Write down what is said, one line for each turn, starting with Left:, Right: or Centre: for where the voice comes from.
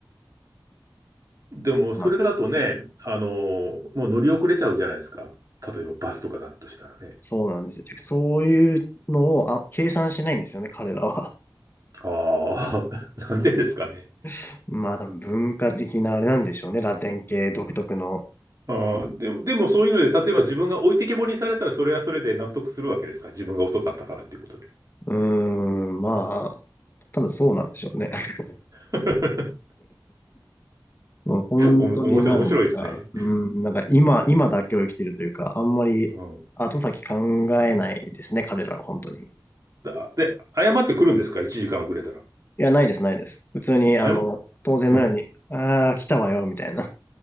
Right: でも、
Left: <laughs> まあ、
Right: それだとね、あのーもう乗り遅れちゃうじゃないですか。例えばバスとかだとしたらね。
Left: そうなんですよ。そういうのをあ計算しないんですよね、彼らは。
Right: ああ、<laughs> なんでですかね。
Left: <laughs> まあ多分文化的なあれなんでしょうね、ラテン系独特の。
Right: ああ、でも、でもそういうので、例えば自分が置いてけぼりにされたら、それはそれで納得するわけですか。自分が遅かったからっていうことで。
Left: うーん、まあ、多分そうなんでしょうね。<laughs>
Right: <laughs>
Left: もう本当になんか、
Right: おも、面白い、面白いですね。
Left: うーん、なんか今、今だけを生きてるというか、あんまり後先考えないですね、
Right: うん。
Left: 彼らは本当に。い
Right: だで、謝ってくるんですか ?1 時間遅れたら。
Left: や、ないです、ないです。普通に、あの、
Right: 謝、
Left: 当然のように、
Right: うん。
Left: ああ、来たわよ、みたいな。